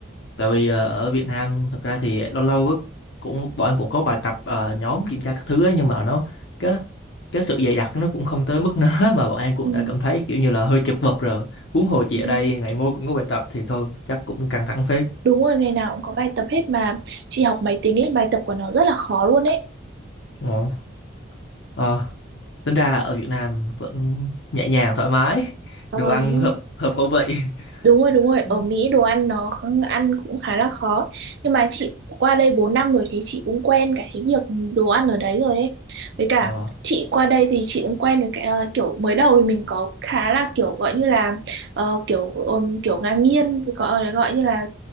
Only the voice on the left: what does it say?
Tại vì ờ, ở Việt Nam thực ra thì lâu lâu á, cũng bọn em cũng có bài tập ờ, nhóm kiểm tra các thứ ấy, nhưng mà nó cái cái sự dày đặc nó cũng không tới mức nớ <laughs> mà bọn em cũng
đã cảm thấy kiểu như là hơi chật vật rồi. Huống hồ chị
ở đây ngày môi cũng có bài tập thì thôi chắc cũng căng thẳng phết.
Ồ. Ờ. Tính ra ở Việt Nam vẫn nhẹ nhàng thoải mái,
đồ ăn
hợp hợp khẩu vị.
<laughs>
Ờ.